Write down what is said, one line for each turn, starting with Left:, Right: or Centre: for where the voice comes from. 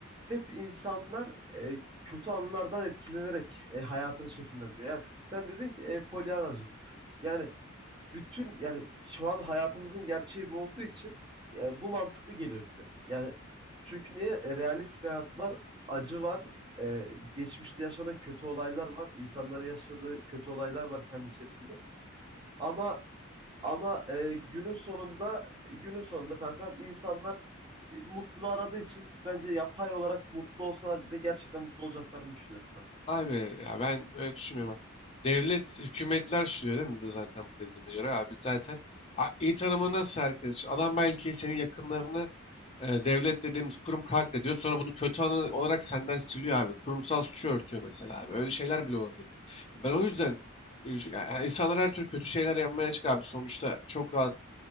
Right: hep insanlar e, kötü anlardan etkilenerek e, hayatını şekillendiriyor. Yani sen dedin ki e, polyanacılık. Yani bütün yani şu an hayatımızın gerçeği bu olduğu için e, bu mantıklı geliyor bize. Yani çünkü niye? E, realist bir hayat var, acı var, e, geçmişte yaşanan kötü olaylar var, insanların yaşadığı kötü olaylar var kendi içerisinde. Ama ama e, günün sonunda günün sonunda kankam insanlar e, mutluluğu aradığı için bence yapay olarak mutlu olsalar bile gerçekten mutlu olacaklarını düşünüyorum kanka.
Left: Abi ya ben öyle düşünmüyorum. Devlet, hükümetler şu diyor değil mi Bir de zaten bu dediğime göre abi zaten a- iyi tanımı nasıl herkes için? Adam belki senin yakınlarını E, devlet dediğimiz kurum katle diyor. Sonra bunu kötü anı olarak senden siliyor abi. Kurumsal suçu örtüyor mesela abi. Öyle şeyler bile olabilir. Ben o yüzden e, ya insanlar her türlü kötü şeyler yapmaya açık abi. Sonuçta çok rahat